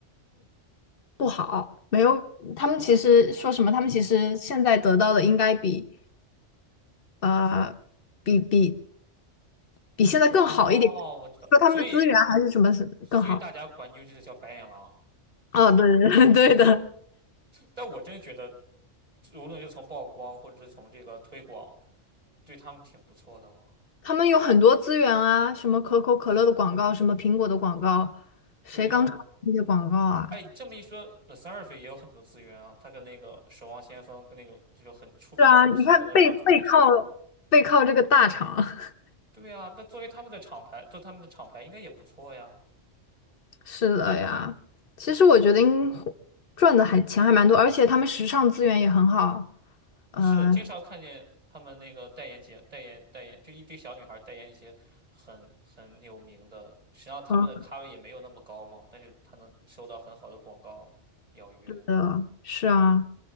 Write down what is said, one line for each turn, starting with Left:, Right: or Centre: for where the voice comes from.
Left: 不好，没有，他们其实说什么？他们其实现在得到的应该比呃比比比现在更好一点，
Right: 哦，我知道。
Left: 说他们的资源还是什么是更好？
Right: 所以所以大家管 NewJeans 叫白眼狼，
Left: 哦，对对 <laughs> 对对的，
Right: 但我真觉得无论是从曝光或者是从这个推广，对他们挺不错的了。
Left: 他们有很多资源啊，什么可口可乐的广告，什么苹果的广告，谁刚出那些广告啊？
Right: 对呀。哎，你这么一说，The Surf 也有很多资源啊，他跟那个《守望先锋》跟那种这种很出名的游戏都能唱主题曲。
Left: 是啊，你看背背靠背靠这个大厂，<laughs>
Right: 对呀，那作为他们的厂牌，做他们的厂牌应该也不错呀。
Left: 是的呀。其实我觉得应赚的还钱还蛮多，而且他们时尚资源也很好。呃，
Right: 是，经常看见他们那个代言节、代言、代言，就一堆小女孩代言一些很很有名的，实际上他们的咖位也没有那么高嘛，
Left: 嗯，
Right: 但是他能收到很好的广告邀约。
Left: 的，是啊，